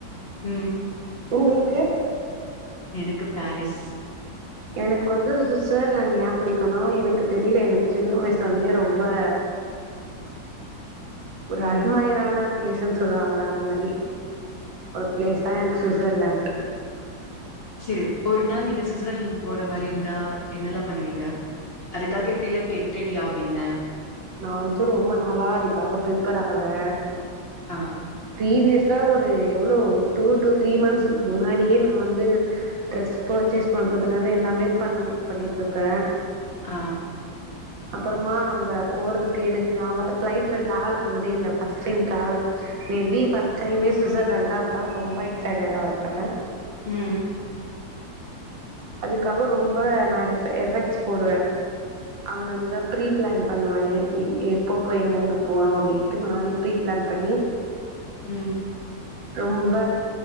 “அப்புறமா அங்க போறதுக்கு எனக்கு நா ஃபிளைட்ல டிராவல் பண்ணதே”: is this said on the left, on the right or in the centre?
Right